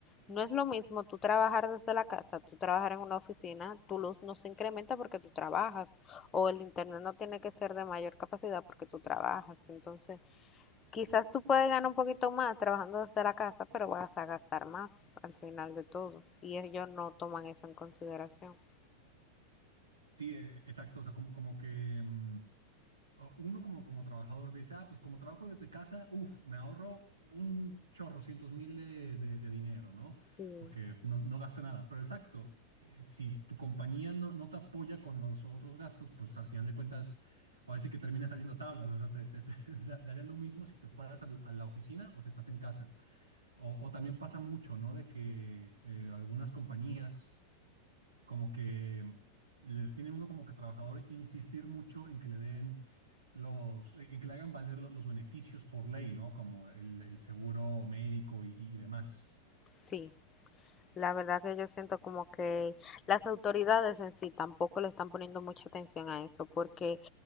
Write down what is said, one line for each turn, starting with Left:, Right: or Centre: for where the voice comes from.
Left: no es lo mismo tú trabajar desde la casa, tú trabajar en una oficina, tu luz no se incrementa porque tú trabajas, o el internet no tiene que ser de mayor capacidad porque tú trabajas, entonces... Quizás tú puedes ganar un poquito más trabajando desde la casa, pero vas a gastar más al final de todo. Y ellos no toman eso en consideración.
Right: Sí, eh, exacto, o sea, como, como que... mm, o uno como, como trabajador dice, ah, pues como trabajo desde casa, uff, me ahorro un chorro, cientos mil de, de- de dinero, ¿no?
Left: Sí,
Right: Porque no, no gasto nada. Pero exacto, eh, si tu compañía no, no te apoya con los otros gastos, pues al final de cuentas, ahora sí que termina saliendo tablas. O sea, te, te- te <laughs> da- daría lo mismo si te fueras al- a la oficina o si estás en casa. O, o también pasa mucho, ¿no? De que eh, algunas compañías como que les tienen uno como que trabajador insistir mucho en que le den los, en que le hagan valer lo- los beneficios por ley, ¿no? Como el, el seguro médico y, y demás.
Left: sí. La verdad que yo siento como que las autoridades en sí tampoco le están poniendo mucha atención a eso, porque